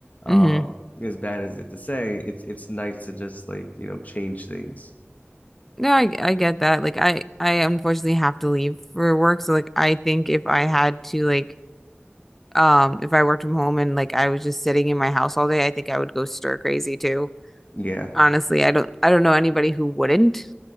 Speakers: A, on the left (about 40°); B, in the centre.
A: Um,
B: Mm-hmm.
A: as bad as it to say, it's it's nice to just like you know change things.
B: No, I I get that. Like I I unfortunately have to leave for work. So like I think if I had to like um if I worked from home and like I was just sitting in my house all day, I think I would go stir crazy too.
A: Yeah.
B: Honestly, I don't I don't know anybody who wouldn't